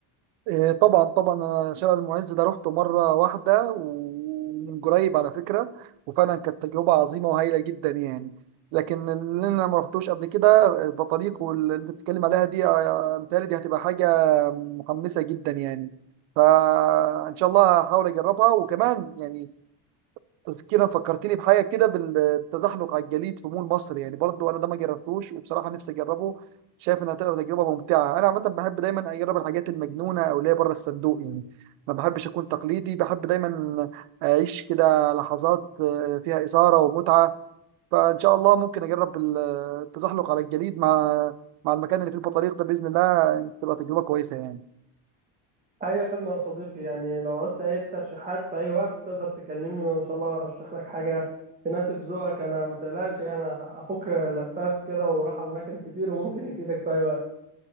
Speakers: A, on the right; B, on the right.
A: إيه طبعا طبعا انا شارع المعز ده روحته مره واحده ومن قريب على فكره وفعلا كانت تجربه عظيمه وهايله جدا يعني لكن اللي انا ما رحتوش قبل كده البطاريق واللي انت بتتكلم عليها دي آه، متهيألي دي هتبقى حاجه محمسه جدا يعني فان شاء الله هحاول اجربها وكمان يعني تذكيرا فكرتني بحاجه كده بالتزحلق على الجليد في مول مصر يعني برضو انا ده ما جربتوش وبصراحه نفسي اجربه شايف انها تبقى تجربه ممتعه انا عامه بحب دايما اجرب الحاجات المجنونه او اللي هي بره الصندوق يعني ما بحبش اكون تقليدي بحب دايما اعيش كده لحظات آه، فيها اثاره ومتعه فان شاء الله ممكن اجرب ال- التزحلق على الجليد مع مع المكان اللي فيه البطاريق ده باذن الله تبقى تجربه كويسه يعني
B: اي خدمة يا صديقي يعني لو عوزت اي ترشيحات في اي وقت تقدر تكلمني وان شاء الله ارشح لك حاجة تناسب ذوقك انا متقلقش انا اخوك لفاف كده وراح اماكن كتير وممكن يفيدك في اي وقت